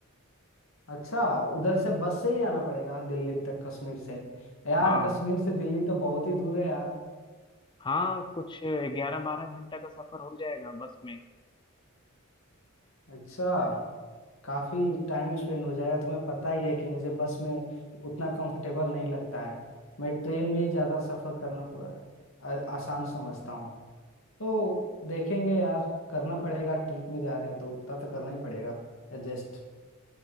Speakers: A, on the left (about 65°); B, on the left (about 20°).
A: अच्छा उधर से बस से ही आना पड़ेगा दिल्ली तक कश्मीर से यार
B: हाँ
A: कश्मीर से दिल्ली तो बहुत ही दूर है यार
B: हाँ कुछ ग्यारह बारह घंटा का सफर हो जाएगा बस में
A: अच्छा काफी टाइम स्पेंड हो जाएगा तुम्हें पता ही है कि मुझे बस में उतना कंफर्टेबल नहीं लगता है मैं ट्रेन में ही ज्यादा सफर करना प- आ- आसान समझता हूँ तो देखेंगे यार करना पड़ेगा ट्रिप में जा रहे हैं तो उतना तो करना ही पड़ेगा एडजस्ट